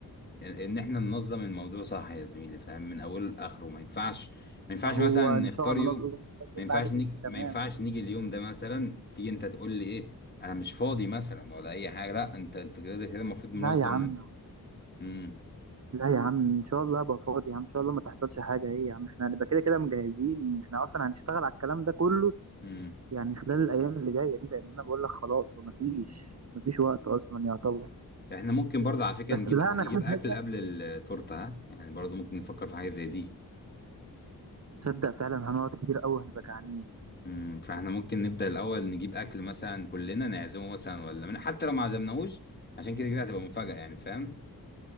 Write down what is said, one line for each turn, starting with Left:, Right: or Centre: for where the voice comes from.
Left: ان احنا ننظم الموضوع صح يا زميلي فاهم من اوله لاخره ما ينفعش ما ينفعش
Right: ما هو
Left: مثلا نختار
Right: ان شاء الله
Left: يوم
Right: باذن الله كل
Left: ما ينفعش
Right: حاجه تمشي
Left: نيجي
Right: تمام
Left: ما ينفعش نيجي اليوم ده مثلا تيجي انت تقول لي ايه انا مش فاضي مثلا ولا اي حاجه لا انت انت كده كده المفروض منظم
Right: لا يا عم
Left: امم
Right: لا يا عم ان شاء الله ابقى فاضي يا عم ان شاء الله ما تحصلش حاجه ايه يا عم احنا هنبقى كده كده مجهزين احنا اصلا هنشتغل على الكلام ده كله
Left: امم
Right: يعني خلال الايام اللي جايه دي لان انا بقول لك خلاص وما فيش
Left: أمم.
Right: ما فيش وقت اصلا يعتبر
Left: احنا ممكن برضه على فكره
Right: بس
Left: نجيب
Right: لا انا
Left: نجيب
Right: في
Left: اكل
Right: حاجه
Left: قبل التورته ها يعني برضه ممكن نفكر في حاجه زي دي
Right: تصدق فعلا هنقعد كتير قوي هنبقى جعانين
Left: امم فاحنا ممكن نبدا الاول نجيب اكل مثلا كلنا نعزمه مثلا ولا من حتى لو ما عزمناهوش عشان كده كده هتبقى مفاجاه يعني فاهم